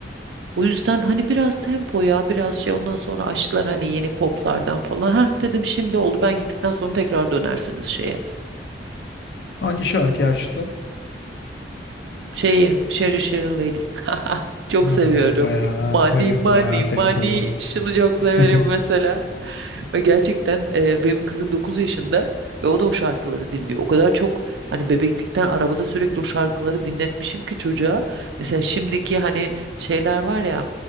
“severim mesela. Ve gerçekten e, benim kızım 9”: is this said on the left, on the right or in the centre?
Right